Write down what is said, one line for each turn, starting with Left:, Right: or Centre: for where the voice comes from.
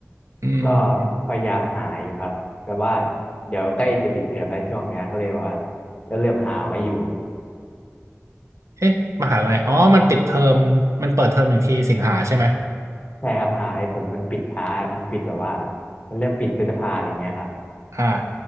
Right: อื
Left: ก็
Right: ม
Left: พยายามหาอยู่ครับแต่ว่าเดี๋ยวใกล้จะปิดเทอมแล้วช่วงเนี้ยก็เลยแบบว่าก็เริ่มหาไว้อยู่
Right: เอ๊ะมหาลัยอ๋อมันปิดเทอมมันเปิดเทอมอีกทีสิงหาใช่ไหม
Left: ใช่ครับมหาลัยผมมันปิดช้ามันปิดแบบว่ามันเริ่มปิดพฤษภาอะไรเงี้ยครับ
Right: อ่า